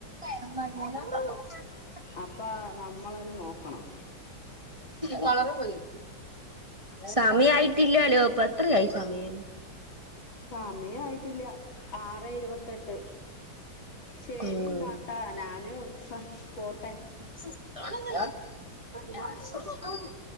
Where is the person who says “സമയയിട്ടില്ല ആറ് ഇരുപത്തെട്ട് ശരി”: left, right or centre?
Left